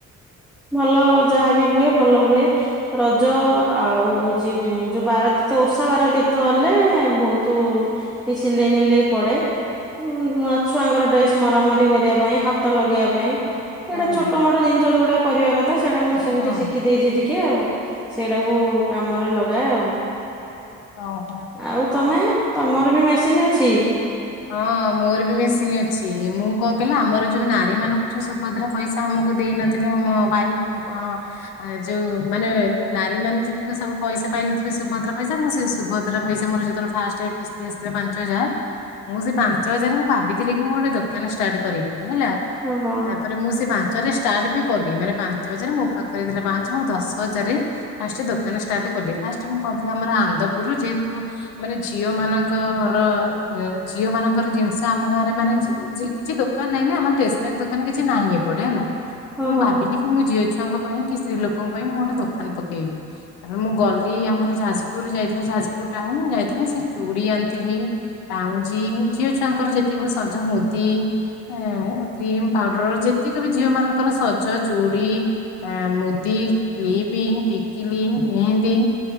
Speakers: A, in the centre; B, on the left.
A: ଭଲ ଯାହାବି ହୁଏ ଭଲ ହୁଏ। ଯ ଆଉ ହଉଛି ଯୋଉ ବାରତୀର୍ଥ ଓଷା ବାରତୀର୍ଥ ହେଲେ ବହୁତୁ। ବି ସିଲେଇ ମିଲେଇ ପଡେ। ନୁଆଁ ଛୁଆଙ୍କର ଡ୍ରେସ ମରାମରି କରିବା ପାଇଁ ହାତ ଲଗେଇବା ପାଇଁ। ଏଇଟା
B: ଓହୋ
A: ଛୋଟ ମୋଟ ଜିନିଷ ଯୋଉଟା କରିବା କଥା ସେଇଟା ମୁଁ ସେମିତି
B: ହଁ।
A: ଶିଖି ଦେଇଛି ଟିକେ ଆଉ। ସେଇଟାକୁ କାମରେ ଲଗାଏ ଆଉ।
B: ଓହୋ।
A: ଆଉ ତମେ ତମର ବି ମେସିନି ଅଛି?
B: ହଁ ମୋର ବି ମେସିନ୍ ଅଛି ମୁଁ କଣ କହିଲ ଆମର ଯୋଉ ନାରୀ ମାନଙ୍କୁ ଯୋଉ ସୁଭଦ୍ରାପଇସା ଆମକୁ ଦେଇ ନଥିଲେ ଆମ ଭାଇ କଣ ଆ ଯୋଉ ମାନେ ନାରୀ ମାନେ ଯେତିକି ସବୁ ପଇସା ପାଇନଥିଲେ ସୁଭଦ୍ରା ପଇସା ମୁଁ ସେ ସୁଭଦ୍ରା ପଇସା ମୋର ଯେତେବେଳେ ଫାଷ୍ଟ କିସ୍ତି ଆସିଥିଲା ପାଞ୍ଚ ହଜାର। ମୁଁ ସେ ପାଞ୍ଚ ହଜାରେ ମୁଁ ଭାବିଥିଲି କି ମୁଁ ଗୋଟେ ଦୋକାନ ଷ୍ଟାର୍ଟ କରିବି ବୋଲି ହେଲା।
A: ଓହୋ।
B: ତାପରେ ମୁଁ ସେ ପାଞ୍ଚ ରେ ଷ୍ଟାର୍ଟ ବି କଲି ମାନେ ପାଞ୍ଚ ହଜାର ମୋ ପାଖରେ ଥିଲା ପାଞ୍ଚ ମୁଁ ଦଶ ହଜାରେ। ଫାଷ୍ଟ ଦୋକାନ ଷ୍ଟାର୍ଟ କଲି ଫାଷ୍ଟ ମୁଁ କଲି ଆମର ଆନ୍ଦପୁରୁ ଯେହେତୁ ମାନେ ଝିଅ ମାନଙ୍କର ଇଏ। ଝିଅ ମାନଙ୍କର ଜିନିଷ ଆମ ଗାଁରେ ମାନେ କିଛି ଦୋକାନ ନାହିଁ ନା ଆମର ଟେସନାରୀ ଦୋକାନ କିଛି ନାହିଁ ଏପଟେ ହେଲା। ତ
A: ଓହୋ
B: ମୁଁ ଭାବିଲି କି ମୁଁ ଝିଅ ଛୁଆଙ୍କ ପାଇଁ କି ସ୍ତ୍ରୀ ଲୋକଙ୍କ ପାଇଁ ମୁଁ ଗୋଟେ ଦୋକାନ ପକେଇବି। ତାପରେ ମୁଁ ଗଲି ଆମର ଯାଜପୁର ଯାଇଥିଲି ଯାଜପୁର ଟାଉନ ଯାଇଥିଲି ସେ ଚୁଡି ଆଣିଥିଲି। ପାଉଁଜି ଝିଅ ଛୁଆଙ୍କର ଯେତିକି ସଜ ମୁଦି। ଏଁ କ୍ରିମ ପାଉଡର ଯେତିକି ବି ଝିଅ ମାନଙ୍କର ସଜ ଚୁଡି। ଆଁ ମୁଦି, କ୍ଲିପି, ଟିକିଲି, ମେହେନ୍ଦି।